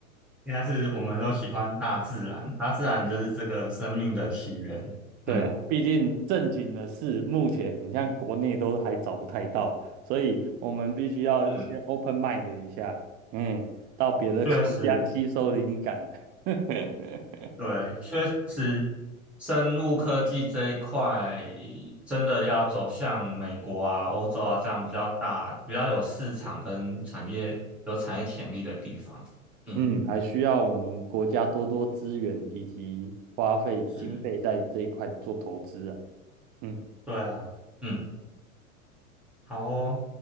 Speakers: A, in the centre; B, on the right.
A: 应该是我们都喜欢大自然，大自然就是这个生命的起源。
B: 对啊，
A: 嗯。
B: 毕竟正经的事，目前很像国内都还找不太到，所以我们必须要先
A: 嗯，
B: open mind 一下，嗯，到别的
A: 确实，
B: <laughs> 国家吸收灵感。<laughs>
A: 对，确实，生物科技这一块真的要走向美国啊、欧洲啊这样比较大、比较有市场跟产业有产业潜力的地方。嗯，
B: 嗯，还需要我们国家多多资源以及花费经费在这一块做投资啊。
A: 是，
B: 嗯。
A: 对啊，嗯，好哦。